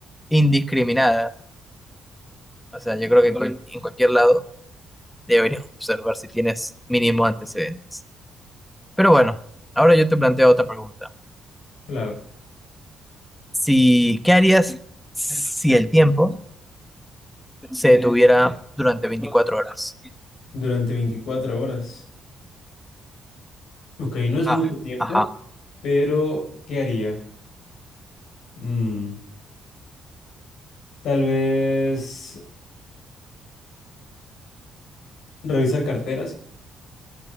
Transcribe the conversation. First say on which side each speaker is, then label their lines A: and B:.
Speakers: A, in the centre; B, on the left.
A: indiscriminada. O sea, yo creo que en, cual- en cualquier lado deberías <laughs> observar si tienes mínimo antecedentes. Pero bueno, ahora yo te planteo otra pregunta.
B: claro,
A: Si, ¿qué harías si el tiempo se detuviera durante 24 horas?
B: durante 24 horas. Ok, no es
A: Ah,
B: mucho tiempo,
A: ajá.
B: pero ¿qué haría? Mm, tal vez revisar carteras.